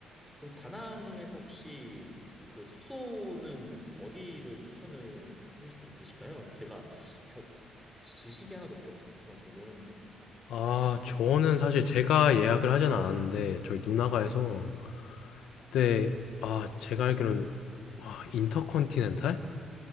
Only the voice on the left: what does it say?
아, 저는 사실 제가 예약을 하진 않았는데 저희 누나가
해서 그때 아, 제가 알기로는 와, 인터컨티넨탈이었나요?